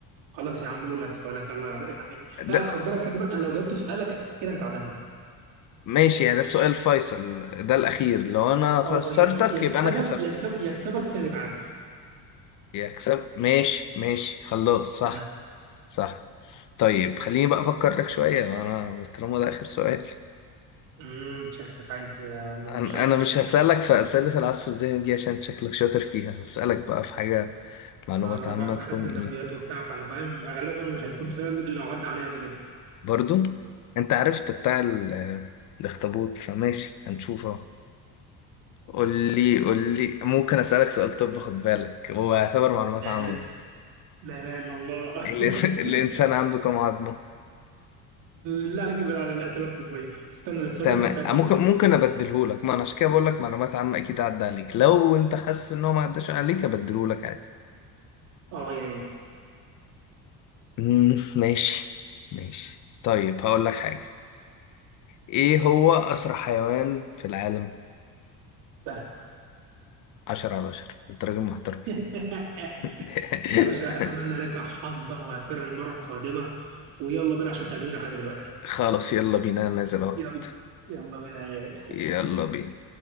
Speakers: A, on the right; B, on the left.
A: خلاص يا عم اقول لك سؤالك يلا يا- غالي. يعني
B: ده
A: لا خد بالك خلي بالك انا لو جبت سؤالك كده نتعادلنا
B: ماشي يعني ده السؤال الفيصل ده الاخير لو انا خسرتك
A: اه ي- يكسبك
B: يبقى انا كسبت
A: يكسب يكسبك يا نتعادل
B: يكسب ماشي ماشي خلاص صح
A: تمام
B: صح طيب خليني بقى افكر لك شويه انا طالما ده اخر سؤال
A: امم شكلك عايز آه، مش
B: انا
A: مش
B: أنا مش
A: عايز
B: هسالك
A: تخسر.
B: في اسئله العصف الذهني دي عشان شكلك شاطر فيها هسالك بقى في حاجه معلومات
A: انا
B: عامه
A: بقى- دخلت
B: تكون
A: انترفيوهات
B: ايه
A: وبتاع فانا فاهم غالبا مش هيكون سؤال اللي عدى عليا قبل كده
B: برضو انت عرفت بتاع ال- الاخطبوط فماشي هنشوفه قول لي قول لي ممكن اسالك سؤال طب خد بالك هو يعتبر معلومات
A: لا
B: عامه
A: لا لا لا الا الله
B: الإنس-
A: <laughs>
B: <laughs> الانسان عنده كم عظمه
A: لا عليك ابعد عن الاسئله الطبيه استنى السؤال
B: تمام
A: ده انا سالته
B: ممكن
A: قبل كده
B: ممكن ابدله لك ما انا عشان كده بقول لك معلومات عامه اكيد عدى عليك لو انت حاسس ان هو ما عداش عليك ابدله لك عادي
A: اه يا ريت
B: مم، ماشي ماشي طيب هقول لك حاجه ايه هو اسرع حيوان في العالم
A: بهت
B: 10 على 10 انت راجل محترم
A: <laughs>
B: <laughs>
A: يا باشا اتمنى لك حظا وافر المره القادمه ويلا بينا عشان تعزمنا على حاجه دلوقتي
B: خلاص يلا بينا أنا نازل اهوت
A: يلا يلا بينا يا
B: يلا
A: غالي <laughs>
B: بينا